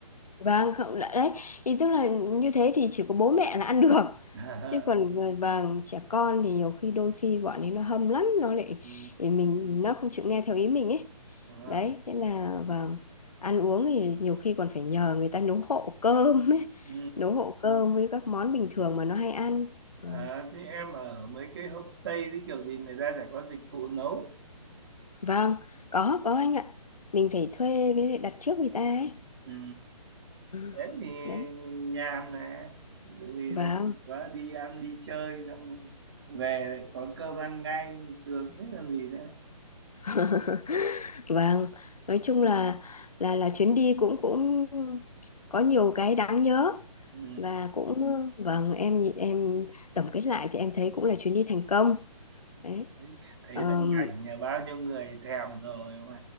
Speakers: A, on the left; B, on the right.
A: vâng không đã- đấy thì tức là như thế thì chỉ có bố mẹ là ăn được
B: <laughs>
A: chứ còn vâng trẻ con thì nhiều khi đôi khi bọn ấy nó hâm lắm nó lại
B: ừ.
A: thì mình nó không chịu nghe theo ý mình ấy
B: Đúng không?
A: đấy thế là vâng ăn uống thì nhiều khi còn phải nhờ người ta nấu hộ cơm ấy
B: Ừ.
A: nấu hộ cơm với các món bình thường mà nó hay ăn
B: À,
A: ừ.
B: thế em ở mấy cái homestay thì kiểu gì người ta sẽ có dịch vụ nấu.
A: vâng có có anh ạ mình phải thuê với lại đặt trước người ta ấy
B: Ừ.
A: ừ.
B: Em thì
A: đấy
B: nhàn mà. Bởi vì
A: vâng
B: là chỉ có đi ăn đi chơi xong rồi về lại có cơm ăn ngay sướng thế còn gì nữa.
A: <laughs> Vâng, nói chung là là là chuyến đi cũng cũng có nhiều cái đáng nhớ
B: Ừ.
A: và cũng vâng em nhìn- em tổng kết lại thì em thấy cũng là chuyến đi thành công đấy
B: Đấy. Thấy
A: Ờm,
B: đăng ảnh nhà bao nhiêu người thèm rồi mà.